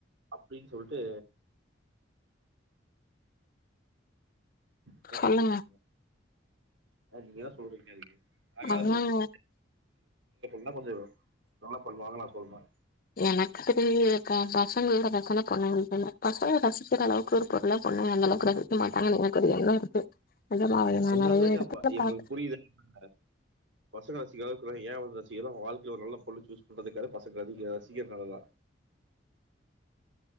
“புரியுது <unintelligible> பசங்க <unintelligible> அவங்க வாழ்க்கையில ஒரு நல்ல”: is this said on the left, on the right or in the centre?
Right